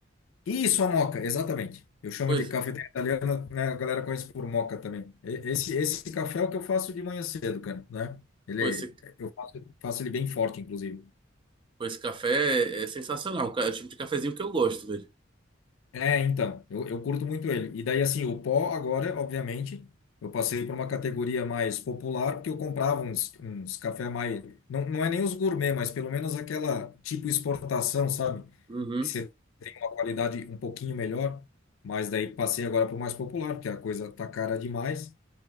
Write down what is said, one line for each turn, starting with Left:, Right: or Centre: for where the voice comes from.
Left: Isso, a moca, exatamente. Eu chamo
Right: Pois,
Left: de cafeteira italiana, né? A galera conhece por moca também. E- Esse, esse café é o que eu faço de manhã cedo, cara, né? Ele,
Right: pois, esse,
Left: eu faço, faço ele bem forte, inclusive.
Right: pois esse café é sensacional. É o tipo de cafezinho que eu gosto, velho.
Left: É, então, eu, eu curto muito ele. E daí, assim, o pó agora, obviamente, eu passei para uma categoria mais popular, porque eu comprava uns, uns café mais... Não, não é nem os gourmet, mas pelo menos aquela tipo exportação, sabe?
Right: Uhum.
Left: Que você tem uma qualidade um pouquinho melhor. Mas daí passei agora para o mais popular, porque a coisa tá cara demais.